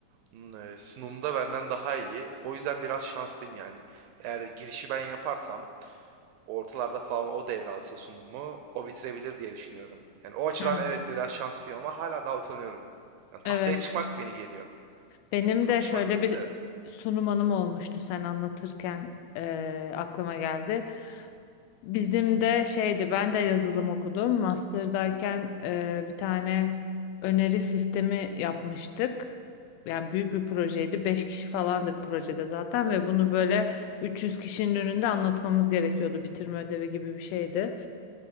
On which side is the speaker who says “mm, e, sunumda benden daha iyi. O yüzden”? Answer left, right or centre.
Right